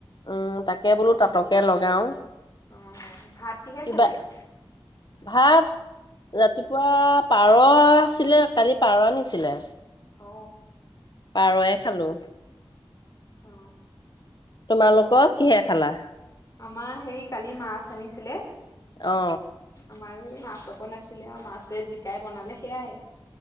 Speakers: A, on the left; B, on the left.
A: উম তাকে বোলো তাতকে লগাও
B: অ ভাত কিহে
A: কিবা
B: খালে নো?
A: ভাত ৰাতিপুৱা পাৰ আছিলে কালি পাৰ আনিছিলে,
B: অ
A: পাৰয়ে খালো।
B: অ
A: তোমালোকক কিহে খালা?
B: আমাৰ হেৰি কালি মাছ আনিছিলে,
A: অ
B: আমাৰো এই মাছ চকো নাছিলে আৰু মাছে জিকাই বনালে সেয়াই,